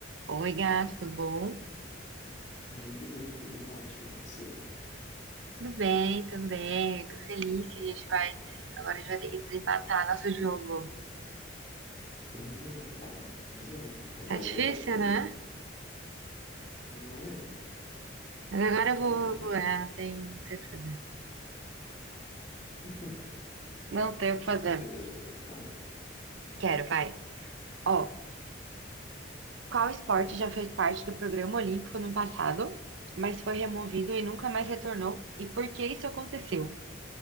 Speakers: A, on the right; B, on the left.
A: Oi, gato, tudo bom?
B: Oi, Bruno, tudo ótimo, e você?
A: Tudo bem também. Tô feliz que a gente vai. Agora a gente vai ter que desempatar nosso jogo.
B: Pois é, cara, pois é. Agora
A: Tá difícil,
B: eu acordei,
A: né?
B: não é?
A: Mas agora
B: Rapaz,
A: eu vou. vou- ah, não tem, não tem o que fazer.
B: <laughs>
A: Não tem o que fazer.
B: você quer começar?
A: Quero, vai. Ó,
B: Tá.
A: qual esporte já fez parte do programa olímpico no passado, mas foi removido e nunca mais retornou? E por que isso aconteceu?